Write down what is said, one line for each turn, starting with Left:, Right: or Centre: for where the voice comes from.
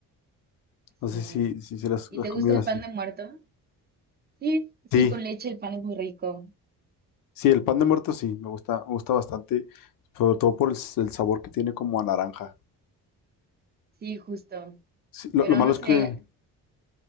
Right: Sí.
Left: No sé si, si, si las,
Right: ¿Y
Left: las
Right: te
Left: comidas
Right: gusta el pan
Left: así.
Right: de muerto? Sí, sí,
Left: Sí,
Right: con leche el pan es muy rico.
Left: sí, el pan de muerto sí, me gusta, me gusta bastante, sobre todo por el, s- el sabor que tiene como a naranja.
Right: Sí, justo.
Left: Sí, lo,
Right: Pero
Left: lo malo
Right: no
Left: es
Right: sé,
Left: que,